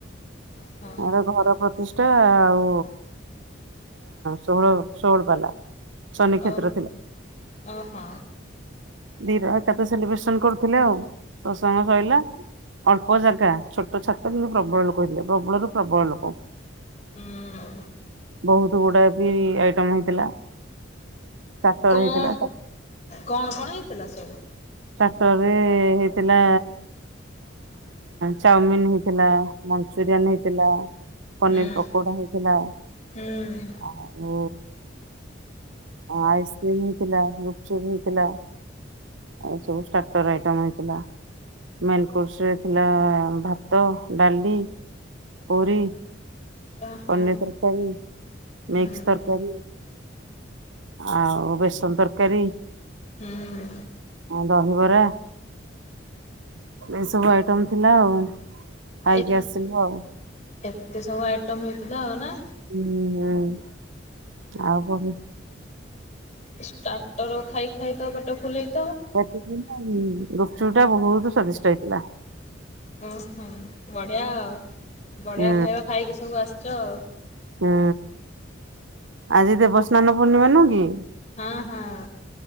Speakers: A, on the left; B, on the right.
A: ଓହୋ
B: ଆରେ ଘର ଜଷ୍ ଟା ଆଉ ଷୋହଳ ଷୋହଳ ବାଲା ଶନି କ୍ଷେତ୍ର
A: ଓ
B: ଥିଲା।
A: ଓହୋ
B: ଦିର ଏକା ତ ସେଲିବ୍ରେସନ କରୁଥିଲେ ଆଉ। ଶତ୍ସଙ୍ଗ ସରିଲା ଅଳ୍ପ ଜାଗା ଛୋଟ ଛାତ କିନ୍ତୁ ପ୍ରବଳ ଲୋକଦିବ ପ୍ରବଳରୁୁ ପ୍ରବଳ ଲୋକ
A: ହୁଁ
B: ବହୁତ ଗୁଡା ବି ଆଇଟମ ହେଇ ଥିଲା, ସାତର
A: କଣ
B: ହେଇଥିଲା।
A: କଣ କଣ ହେଇଥିଲା ସବୁ?
B: ତାପରେ ହେଇଥିଲା ଚାମିନ ହେଇଥିଲା ବିରିୟାନୀ ହେଇଥିଲା ପନିର
A: ହୁଁ
B: ପକୋଡା ହେଇଥିଲା
A: ହୁଁ
B: ଆଉ ଆଇସ୍କ୍ରିମ ହେଇଥିଲା ବ ସବୁଟରଇ ହେଇଥିଲା। ମେ କୋର୍ସରେ ଥିଲା ଭାତ ଡାଲି ପୁରୀ
A: ଓହୋ
B: ପନିର୍ ତରକାରୀ,
A: ହୁଁ
B: ମିକସ ତର୍କାରୀ ଆଉ ବେସନ ତରକାରୀ
A: ହୁଁ
B: ଦହିବରା ଏସବୁ ଆଇଟମ ଥିଲା ଆଉ ଖାଇକି
A: ଏ
B: ଆସଲୁ ଆଉ।
A: ଏତେ ସବୁ ଆଇଟମ୍ ହେଇଥିଲା ଆଉ ନା!
B: ହୁଁ ହୁଁ। ଆଉ ପରେ
A: ଷ୍ଟାଟର ଖାଇ ଖାଇ ତ ପେଟ ଫୁଲେଇ
B: <unintelligible> ଗୁପଚୁପ୍ ଟା ବହୁତ ସ୍ଵାଦିଷ୍ଟ ହେଇଥିଲା।
A: ଓହୋ ବଢ଼ିଆ ଆଉ ବଢ଼ିଆ
B: ହୁଁ
A: ଖାଇବା ଖାଇକି ସବୁ ଆସିଛ ଆଉ।
B: ହୁଁ! ଆଜି ଦେବସ୍ନାନ ପୂର୍ଣ୍ଣିମା ନୁଁ କି?
A: ହଁ ହଁ!